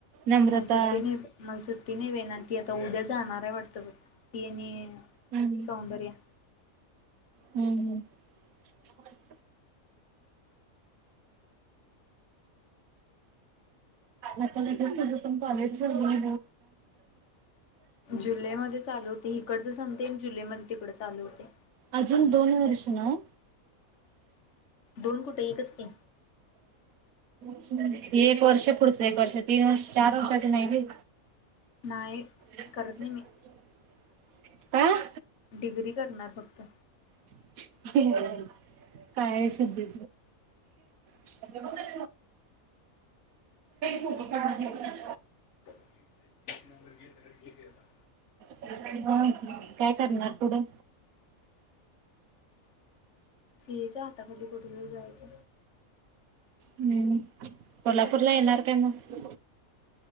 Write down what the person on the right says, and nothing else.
नम्रता
हम्,
हम्म-हम्म <inaudible> आता लगेच तुझं पण कॉलेजच बोल
अजून दोन वर्ष नव
हे एक वर्ष पुढचं एक वर्ष तीन वर्ष चार वर्षाच नाही बई
<unintelligible>
आह,
<unintelligible> काय सुद्ध ये चल ये फोटो काढून घे चल
ह काय करणार पुढं,
हम्म कोल्हापूरला येणार काय मग